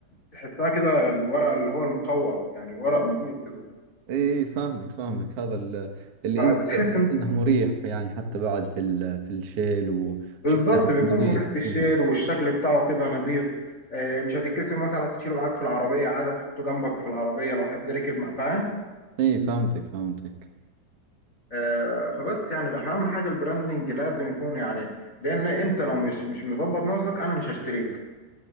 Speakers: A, on the left; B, on the right.
A: تحسها كده الورق اللي هو المقوى يعني ورق نظيف كده
B: اي فاهمك فاهمك هذا ال- اللي
A: فبتحس
B: انت تحس
A: انت
B: انه مريح يعني حتى بعد في ال- في الشيل و-
A: بالظبط
B: وشكله
A: بيكون
B: نظيف
A: مريح في
B: وكذا
A: الشيل والشكل بتاعه كده نظيف آه، مش هتتكسر مثلا هتشيله معاك في العربيه عادي هتحطه جنبك في العربيه لو حد ركب مع فاهم
B: اي فهمتك فهمتك
A: آه، فبس يعني الاهم حاجه البراندنج لازم يكون يعني لان انت لو مش مش مظبط نفسك انا مش هشتريك